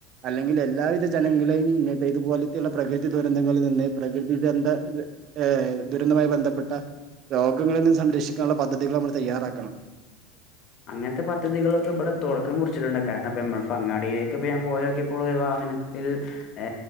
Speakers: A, on the right; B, on the left.
A: അല്ലെങ്കിൽ എല്ലാവിധ ജനങ്ങളെയും ഇങ്ങന ഇതുപോലത്തെുള്ള പ്രകൃതി ദുരന്തങ്ങളിൽ നിന്ന് പ്രകൃതി ബന്ധ ഏ ദുരന്തവുമായി ബന്ധപ്പെട്ട രോഗങ്ങളിൽ നിന്നും സംരക്ഷിക്കാനുള്ള പദ്ധതികൾ നമ്മൾ തയ്യാറാക്കണം
B: അങ്ങനത്തെ പദ്ധതികളൊക്കെ ഇവിടെ തുടക്കം കുറിച്ചിട്ടുണ്ട് കാരണം ഇപ്പോ നമ്മൾ പ അങ്ങാടിയിലേക്ക ഇ ഞാൻ പോയക്കിയപ്പോ വാഹനത്തിൽ ഏ